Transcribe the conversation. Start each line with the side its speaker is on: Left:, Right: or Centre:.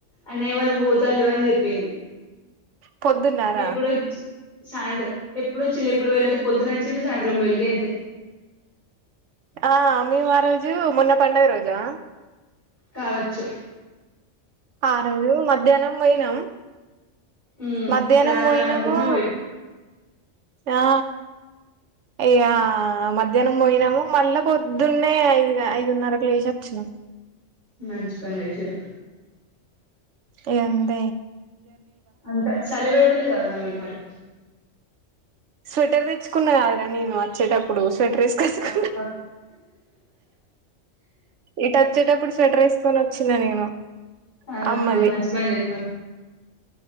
Left: అన్నయ్య వాళ్ళు పోతాళ్ళు అని చెప్పింది.
Right: పొద్దున్నార
Left: ఎప్పుడొచ్ సాయంత్రం ఎప్పుడు వచ్చిల్ళు ఎప్పుడు పోయిళ్ళు అంటే, పొద్దునచ్చిళ్ళు సాయంత్రం పోయిళ్లు గంతే.
Right: ఆ మేము ఆ రోజు మొన్న పండుగ రోజా
Left: కావచ్చు.
Right: ఆ రోజు మధ్యాహ్నం పోయినం
Left: ఉమ్
Right: మధ్యాహ్నం
Left: రాను
Right: పోయినము
Left: రాను అనుకుంటనే పోయి
Right: ఆ ఇగా మధ్యాహ్నం పోయినము మళ్ళా పొద్దున్నే ఐదు ఐదున్నరకు లేశి అచ్చినం.
Left: మంచించి పని చేశ
Right: ఏ ఎంత
Left: అంత చల వెళదలేదవద నమగ మరి
Right: స్వెటర్ తెచ్చుకున్నా కాదురా నేను వచ్చేటప్పుడు స్వట్ రేస్సుకు
Left: ఆహా
Right: ఇట వచ్చేటప్పుడు స్వెట్టర్ వేకొని వచ్చిినా నేను
Left: ఆహా
Right: అమ్మది
Left: మజప్పనేచ్చ